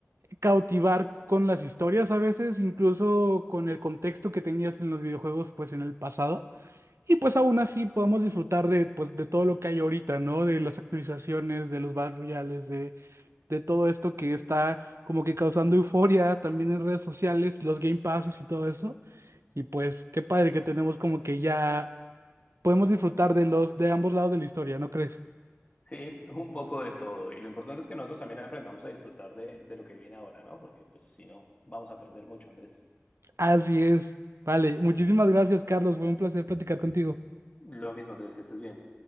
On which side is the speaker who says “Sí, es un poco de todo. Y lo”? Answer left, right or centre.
Left